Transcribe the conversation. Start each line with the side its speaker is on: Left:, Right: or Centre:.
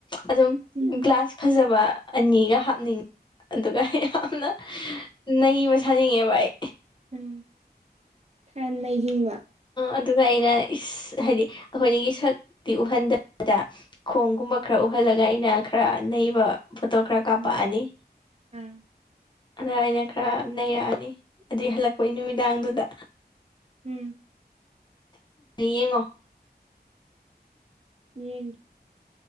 Left: ꯑꯗꯨꯝ
Right: ꯎꯝ
Left: ꯒ꯭ꯂꯥꯁ ꯐꯖꯕ ꯑꯅꯤꯒ ꯍꯥꯞꯅꯤꯡꯉꯦ ꯑꯗꯨꯒ ꯌꯥꯝꯅ ꯅꯩꯕ ꯁꯥꯅꯤꯡꯉꯦꯕ ꯑꯩ
Right: ꯎꯝ ꯈꯔ ꯅꯩꯖꯤꯡꯕ
Left: ꯑꯗꯨꯒ ꯑꯩꯅ ꯍꯥꯏꯗꯤ ꯑꯩꯈꯣꯏꯒꯤ ꯁꯛꯇꯤ ꯎꯍꯟꯗꯕ ꯑꯗ ꯈꯣꯡꯒꯨꯝꯕ ꯈꯔ ꯎꯍꯜꯂꯒ ꯑꯩꯅ ꯈꯔ ꯅꯩꯕ ꯐꯇꯣ ꯈꯔ ꯀꯥꯄ
Right: ꯎꯝ
Left: ꯑꯅꯤ
Right: ꯑꯥ
Left: ꯑꯗ ꯑꯩꯅ ꯈꯔ ꯅꯩꯔꯛꯑꯅꯤ ꯑꯗꯨꯏ ꯍꯜꯂꯛꯄꯒꯤ ꯅꯨꯃꯤꯗꯥꯡꯗꯨꯗ
Right: ꯎꯝ
Left: ꯌꯦꯡꯉꯣ
Right: ꯌꯦꯠ